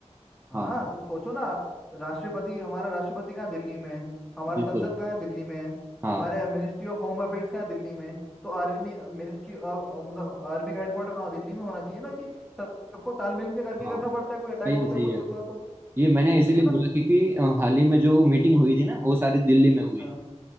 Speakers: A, in the centre; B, on the right.
A: हाँ
B: हाँ
A: तो सोचो ना राष्ट्रपति हमारा राष्ट्रपति कहाँ दिल्ली में है हमारा
B: बिल्कुल
A: संसद कहाँ है दिल्ली में है
B: हाँ
A: हमारे मिनिस्ट्री ऑफ होम अफेयर्स कहाँ है दिल्ली में है तो आर्मी मिनिस्ट्री ऑफ मतलब आर्मी का हेडक्वार्टर कहाँ हो? दिल्ली में होना चाहिए ना कि सब- सबको तालमेल के करके
B: हाँ
A: करना पड़ता है कोई अटैक
B: सही
A: होता
B: है सही
A: है कुछ
B: है
A: होता है तो
B: ये मैंने इसीलिए
A: सही है ना
B: बोला क्योंकि अ, हाल ही में जो मीटिंग हुई थी ना वो सारी दिल्ली में हुई
A: हाँ
B: थी